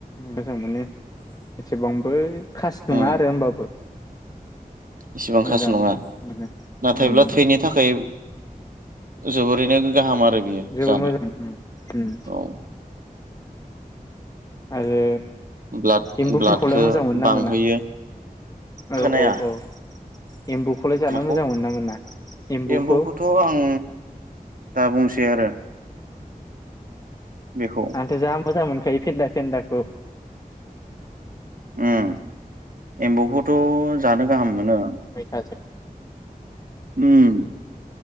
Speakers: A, on the left; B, on the right.
A: मोजां मोनो एसेबांबो खास नङा
B: उम
A: आरो होमबाबो।
B: इसेबां खास'
A: मोजां
B: नङा
A: मोनो
B: नाथायब्ला
A: उम
B: थैनि थाखाय जोबोरैनो गाहाम आरो बियो
A: जोबोर
B: जानो
A: मोजां उम उम
B: औ।
A: आरो
B: ब्लाड
A: एम्बुफोरखौलाय
B: ब्लाडखौ
A: मोजां मोनो ना
B: बांहोयो
A: मोना? औ
B: खोनाया
A: औ औ एम्बुखौलाय जानो
B: माखौ
A: मोजां मोन ना मोना? एम्बुखौ
B: एम्फौखौथ' आं दा बुंसै आरो। बेखौ
A: आंथ' जा मोजां मोनखायो फेन्दा फेन्दाखौ।
B: उम एम्बौखौथ' जानो गाहाम मोनो।
A: मैथाजों
B: उम